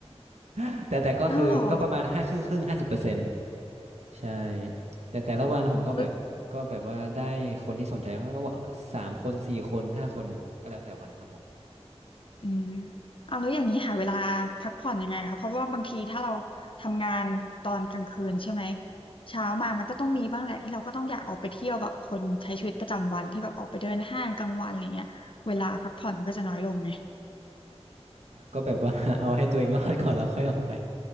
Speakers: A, on the right; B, on the left.
A: <laughs> แต่แต่ก็คือก็ประมาณห้าครึ่งครึ่งห้าสิบเปอร์เซ็นต์
B: อ้าวเหรอ
A: ใช่แต่แต่ละวันผมก็แบบก็แบบว่าได้คนที่สนใจก็ว่าสามคนสี่คนห้าคนก็แล้วแต่วันครับผม
B: เอุอืมอ้าวแล้วอย่างนี้หาเวลาพักผ่อนยังไงคะเพราะว่าบางทีถ้าเราทำงานตอนกลางคืนใช่ไหมเช้ามามันก็ต้องมีบ้างแหละที่เราก็ต้องอยากออกไปเที่ยวแบบคนใช้ชีวิตประจำวันที่แบบออกไปเดินห้างกลางวันอะไรเงี้ยเวลาพักผ่อนมันก็จะน้อยลงไง
A: ก็แบบว่า <laughs> เอาให้ตัวเองรอดก่อนแล้วค่อยออกไป